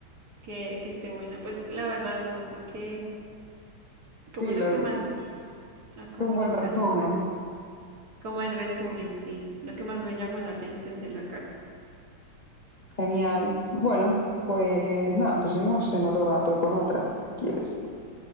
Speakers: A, on the right; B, on the left.
A: que, que esté buena. Pues la verdad, eso es lo que, como
B: Sí,
A: lo
B: lo,
A: que más
B: es
A: vi, ¿no? La comunicación.
B: un buen resumen.
A: Como el resumen, sí. Lo que más me llamó la atención de la carta.
B: Genial. Bueno, pues nada, pues seguimos en otro rato con otra, si quieres.